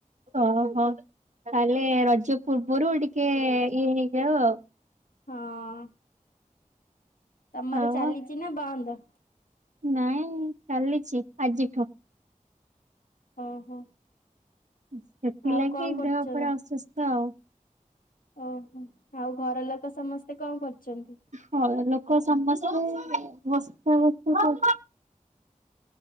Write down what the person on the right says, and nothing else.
ଓହୋ ତାହେଲେ ରଜ ପୂର୍ବରୁ ଟିକେ ଇଏ ହେଇଯାଉ ଆଉ।
ଆଉ
ଆଉ
ନାଇଁ ଚାଲିଚି ଆଜିଠୁ।
ସେଥିଲାଗି
ଦେହ ପୁରା
ଅସୁସ୍ଥ ଆଉ।
ହଁ ଲୋକ ସମସ୍ତେ ବସ୍ ସାଆ